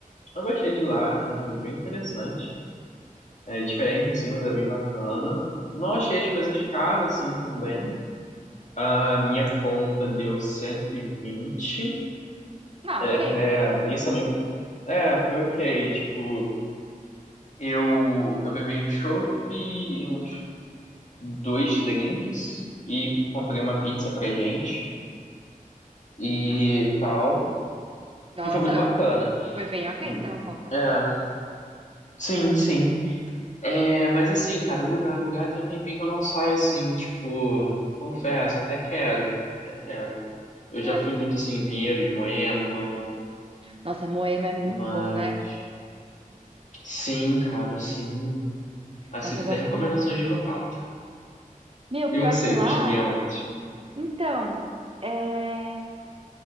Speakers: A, on the left; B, on the right.
A: Eu gostei de lá, é bem interessante. É diferente, assim, mas é bem bacana. Não achei as coisas caras, assim, também. A minha conta deu cento e vinte
B: Não,
A: É,
B: ok.
A: é, isso também, é, foi ok. Tipo, eu, eu bebi um chopp e uns dois drinks e comprei uma pizza pra gente e tal.
B: Nossa,
A: E foi muito bacana.
B: foi bem ok,
A: Hum,
B: então a conta.
A: É, sim, sim. É, mas assim, cara, lugar, lugar tem um tempinho que eu não saio assim, tipo, confesso, até quero, até quero. Eu
B: É.
A: já fui muito assim em Pinheiros, Moema,
B: Nossa, Moema é muito
A: mas
B: bom, né?
A: sim, cara, sim. Aceito
B: Nossa, eu
A: até
B: gosto
A: recomendações
B: muito.
A: de local.
B: Meu,
A: E
B: pior
A: você,
B: que lá.
A: costuma ir aonde?
B: Então, é...